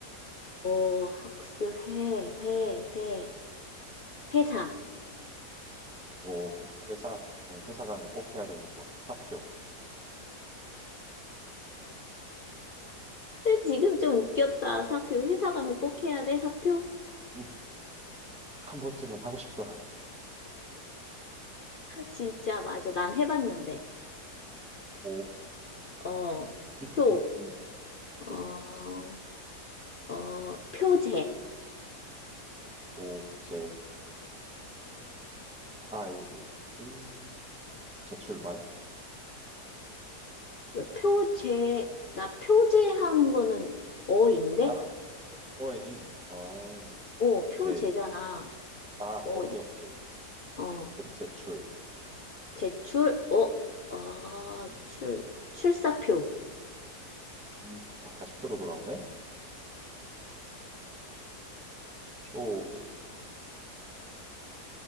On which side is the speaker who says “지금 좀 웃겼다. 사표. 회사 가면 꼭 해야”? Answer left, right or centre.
Left